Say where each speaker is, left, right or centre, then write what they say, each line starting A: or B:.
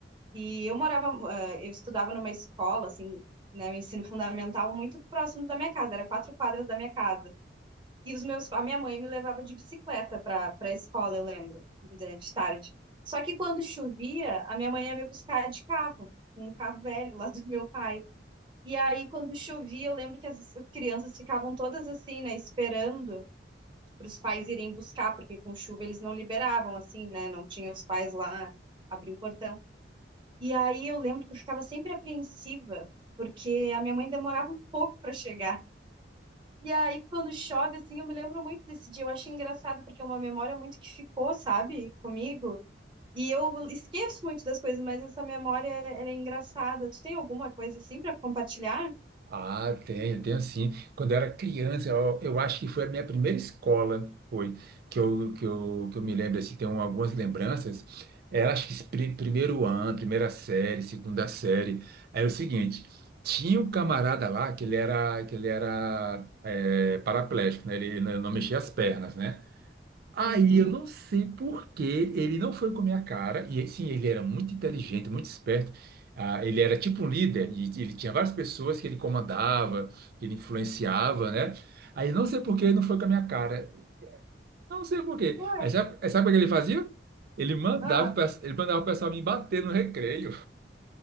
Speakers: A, on the right (about 25°); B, on the right (about 55°).
A: E eu morava, eh, eu estudava numa escola, assim, né, o ensino fundamental muito próximo da minha casa, era quatro quadras da minha casa. E os meus, a minha mãe me levava de bicicleta para para a escola, eu lembro, de de tarde. Só que quando chovia, a minha mãe ia me buscar de carro, um carro velho lá do meu pai. E aí, quando chovia, eu lembro que as crianças ficavam todas assim, né, esperando para os pais irem buscar, porque com chuva eles não liberavam, assim, né, não tinha os pais lá abrir o portão. E aí eu lembro que eu ficava sempre apreensiva, porque a minha mãe demorava um pouco para chegar. E aí quando chove, assim, eu me lembro muito desse dia. Eu acho engraçado, porque é uma memória muito que ficou, sabe, comigo. E eu esqueço muito das coisas, mas essa memória era engraçada. Tu tem alguma coisa assim para compartilhar?
B: Ah, tenho, tenho sim. Quando eu era criança, eu, eu acho que foi a minha primeira escola, foi, que eu, que eu, que eu me lembro, assim, tenho algumas lembranças. Era, acho que, pri- primeiro ano, primeira série, segunda série. Era o seguinte, tinha um camarada lá que ele era, que ele era eh, paraplégico, né? Ele não não mexia as pernas, né? Aí
A: Uhum.
B: eu não sei por que ele não foi com a minha cara, e sim, ele era muito inteligente, muito esperto. Ah, ele era tipo um líder, e ele tinha várias pessoas que ele comandava, que ele influenciava, né? Aí não sei por que ele não foi com a minha cara. Não sei por quê.
A: Ué,
B: Aí sabe, sabe como é que ele fazia? Ele mandava,
A: ah,
B: o pe- ele mandava o pessoal me bater no recreio.